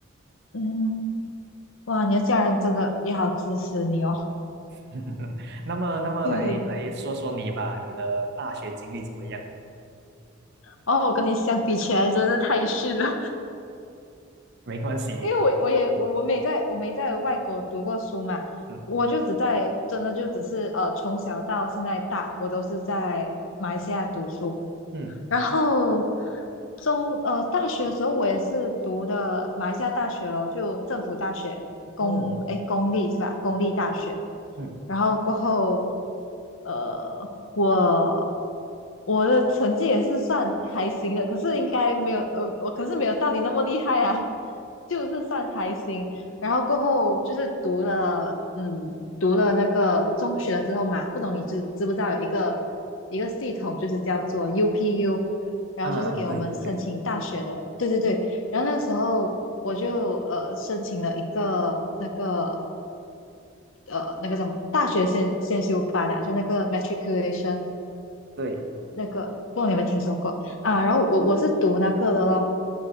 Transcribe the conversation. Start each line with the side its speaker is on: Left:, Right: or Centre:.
Left: 嗯，哇，你的家人真的也好支持你哦。
Right: <laughs> 那么，那么来来说说你吧，
Left: 对，
Right: 你的大学经历怎么样？
Left: 哦，我跟你相比起来，真的是太逊了。
Right: 没关系，
Left: 因为我我也我我没在我没在外国读过书嘛，
Right: 嗯
Left: 我就只在真的就只是呃从小到现在大，我都是在马来西亚读书，
Right: 嗯
Left: 然后中呃大学的时候我也是读的马来西亚大学咯，就政府大学公诶公立是吧？
Right: 哦
Left: 公立大学。
Right: 嗯
Left: 然后过后，呃，我我的成绩也是算还行的，可是应该没有呃，我可是没有到你那么厉害啊，<laughs> 就是算还行。然后过后就是读了，嗯，读了那个中学了之后嘛，不懂你知知不知道有一个一个系统，就是叫做 UPU，然后就是给我们申请大学的，
Right: 啊啊，对对对
Left: 对对对。然后那个时候我就呃申请了一个那个呃那个叫什么大学先先修班啊，就那个 matriculation
Right: 对，
Left: 那个，不知道你有没有听说过啊？然后我我是读那个的咯，